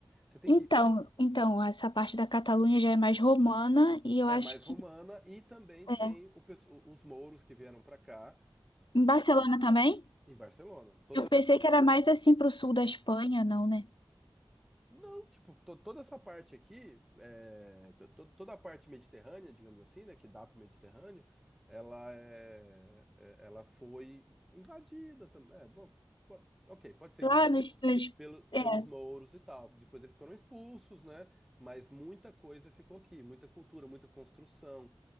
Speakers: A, in the centre; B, on the left.
A: Você tem
B: Então,
A: que.
B: então essa parte da Catalunha já é mais romana e eu
A: É
B: acho
A: mais
B: que
A: romana e também
B: é.
A: tem o pesso- os mouros que vieram para cá
B: Em Barcelona também?
A: Em Barcelona, toda
B: Eu
A: a Catalunha.
B: pensei que era mais assim pro sul da Espanha, não, né?
A: Não, tipo, to- toda essa parte aqui, é, to- to- toda a parte mediterrânea, digamos assim, né, que dá pro Mediterrâneo, ela é, é- ela foi invadida também. É, bom, bom, ok, pode ser
B: Lá
A: invadida
B: nos, nos
A: pelo, pelos
B: é,
A: mouros e tal. Depois eles foram expulsos, né? Mas muita coisa ficou aqui, muita cultura, muita construção.